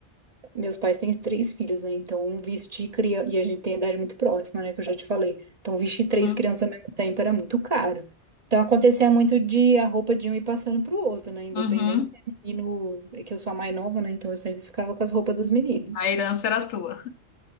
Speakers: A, on the right (about 35°); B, on the left (about 80°).
A: Meus pais têm três filhos, né? Então, um vestir criança. E a gente tem idade muito próxima, né? Que eu já te falei. Então, vestir três
B: Uhum,
A: crianças ao mesmo tempo era muito caro. Então, acontecia muito de a roupa de um ir passando pro outro, né? Independente
B: uhum.
A: se é menino. É que eu sou a mais nova, né? Então, eu sempre ficava com as roupas dos meninos.
B: A herança era tua.